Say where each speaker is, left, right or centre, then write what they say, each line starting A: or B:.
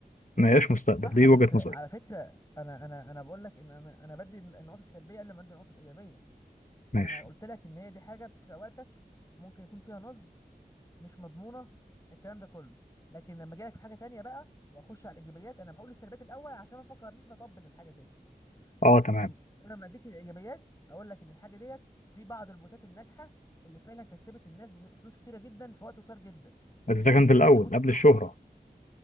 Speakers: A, on the left; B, on the left.
A: ما هياش مستقبل
B: صح
A: دي
B: بس
A: وجهه
B: على
A: نظري
B: فكرة انا انا انا بقول لك ان انا انا بدي النقاط السلبية قبل ما ادي النقاط الإيجابية
A: ماشي
B: انا قلت لك ان هي دي حاجة بتسرق وقتك ممكن يكون فيها نصب مش مضمونة الكلام ده كله لكن لما اجي لك في حاجة تانية بقى واخش على الإيجابيات انا بقول السلبيات الأول عشان ما افكرنيش بطبل الحاجة دي
A: اه تمام
B: لكن انا لما اديك الايجابيات اقول لك ان الحاجه ديت في بعض البوتات الناجحه اللي فعلا كسبت الناس فلوس كتيره جدا في وقت قصير جدا
A: بس ده كان في الاول
B: زي بوت الدوجز
A: قبل الشهره